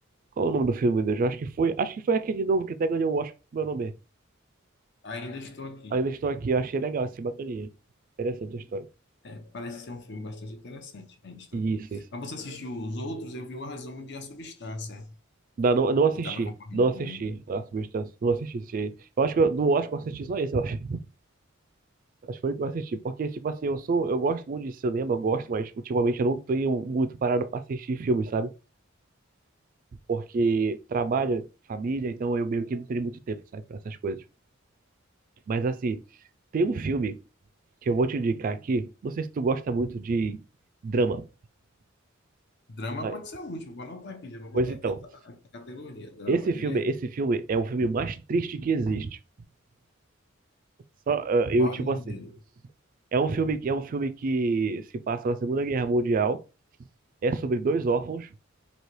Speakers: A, on the right (about 40°); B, on the left (about 55°).
A: Qual é o nome do filme, meu Deus? Eu Acho que foi, acho que foi aquele de novo que até ganhou o Oscar com meu nome.
B: ainda estou aqui.
A: Ainda estou aqui, eu achei legal esse bacaninha. Interessante a história.
B: É, parece ser um filme bastante interessante. Ainda estou
A: Isso,
B: aqui.
A: isso.
B: Mas você assistiu os outros? Eu vi o resumo de A Substância,
A: Não, não, não assisti,
B: que estava concorrendo
A: não assisti
B: também, né?
A: a substância, não assisti. esse- Eu acho que eu- do Oscar eu assisti só esse, eu acho. Acho que foi o que eu assisti. Porque, tipo assim, eu sou, eu gosto muito de cinema, eu gosto, mas ultimamente eu não tenho muito parado pra assistir filmes, sabe? Porque trabalho, família, então eu meio que não tenho muito tempo, sabe, pra essas coisas. Mas assim, tem um filme que eu vou te indicar aqui. Não sei se tu gosta muito de drama,
B: Drama
A: mas,
B: pode ser o último, vou anotar aqui, já vou botar
A: pois então,
B: aqui a, a- a categoria, drama,
A: esse
B: diga
A: filme,
B: aí.
A: esse filme é o filme mais triste que existe. Só, ah, eu,
B: Qual
A: tipo
B: é o nome
A: assim,
B: dele?
A: é um filme que é um filme que se passa na Segunda Guerra Mundial. É sobre dois órfãos